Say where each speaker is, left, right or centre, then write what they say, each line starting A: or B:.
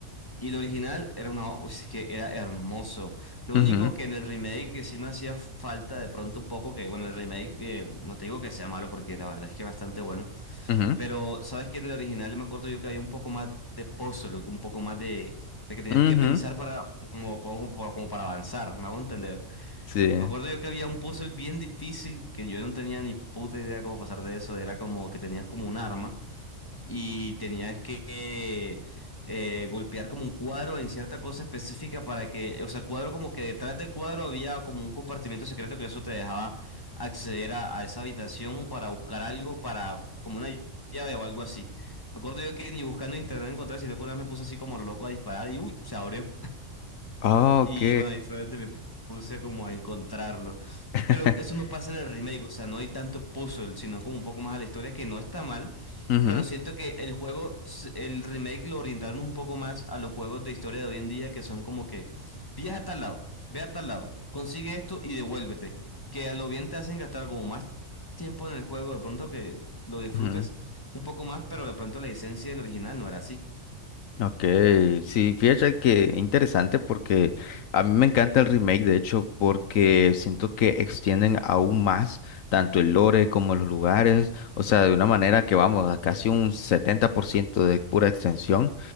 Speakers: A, on the left; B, on the left.
A: y el original era una, uy, es que era hermoso. Lo
B: Ujú,
A: único que en el remake que sí me hacía falta de pronto un poco que bueno, el remake que no te digo que sea malo porque la verdad es que es bastante bueno,
B: ujú,
A: pero sabes que en el original me acuerdo yo que había un poco más de puzzle, un poco más de, de que tenías
B: ujú,
A: que pensar para como, como como para avanzar, me hago entender.
B: Sí.
A: Me acuerdo yo que había un puzzle bien difícil que yo no tenía ni puta idea cómo pasar de eso. Era como que tenías como un arma y tenías que eh, golpear como un cuadro en cierta cosa específica para que, o sea, cuadro como que detrás del cuadro había como un compartimento secreto que eso te dejaba acceder a, a esa habitación para buscar algo, para como una llave o algo así. Me acuerdo yo que ni buscando en internet encontré, sino que una vez me puse así como lo loco a disparar y uy, se abrió.
B: Ah,
A: Y
B: ok.
A: bueno, ahí fue donde me puse como a encontrarlo.
B: <laughs>
A: Pero eso no pasa en el remake, o sea, no hay tanto puzzle, sino como un poco más a la historia, que no está mal,
B: Ujú,
A: pero siento que el juego, s- el remake lo orientaron un poco más a los juegos de historia de hoy en día, que son como que, viaja a tal lado, ve a tal lado, consigue esto y devuélvete. Que a lo bien te hacen gastar como más tiempo en el juego, de pronto que lo disfrutes
B: ujú.
A: un poco más, pero de pronto la esencia del original no era así.
B: Ok, sí, fíjate que interesante porque a mí me encanta el remake, de hecho, porque siento que extienden aún más tanto el lore como los lugares, o sea, de una manera que vamos a casi un 70% de pura extensión.